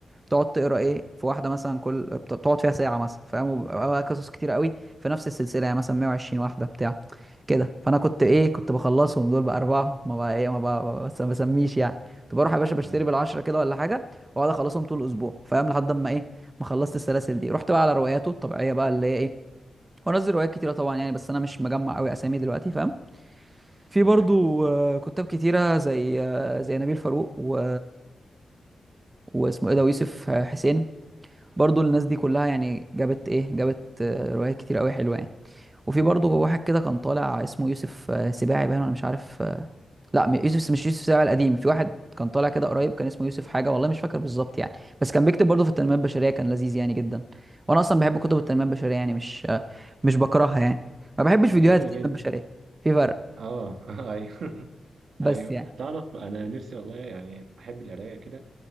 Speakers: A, on the right; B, on the right.
A: تقعد تقرا ايه في واحده مثلا كل بت- تقعد فيها ساعه مثلا فاهم وبيبقى بقى قصص كتير قوي في نفس السلسله يعني مثلا 120 واحده بتاع كده فانا كنت
B: م.
A: ايه كنت بخلصهم دول باربعه ما بقى ايه ما بقى ما بس- ما بسميش يعني كنت بروح يا باشا بشتري
B: ايوه
A: بالعشره كده ولا حاجه واقعد اخلصهم طول الاسبوع فاهم لحد اما ايه ما خلصت السلاسل دي رحت بقى على رواياته الطبيعيه بقى اللي هي ايه وانزل روايات كتيره طبعا يعني بس انا مش مجمع قوي اسامي دلوقتي فاهم في
B: تمام
A: برضو آه، كتاب كتيره زي آه، زي نبيل فاروق و... واسمه ايه ده ويوسف حسين برضو الناس دي كلها يعني جابت ايه جابت آه، روايات كتير قوي حلوه يعني وفي برضه واحد كده كان طالع اسمه يوسف آه، سباعي باين ولا مش عارف آه، لا م- يوسف مش يوسف سباعي القديم في واحد كان طالع كده قريب كان اسمه يوسف حاجه والله مش فاكر بالظبط يعني بس كان بيكتب برضه في التنميه البشريه كان لذيذ يعني جدا وانا اصلا بحب كتب التنميه البشريه يعني مش آه، مش بكرهها يعني ما بحبش
B: ده
A: فيديوهات
B: حلو
A: التنميه
B: جدا
A: البشريه في فرق
B: اه <laughs> ايوه
A: بس
B: ايوه
A: يعني
B: تعرف انا نفسي والله يعني احب القرايه كده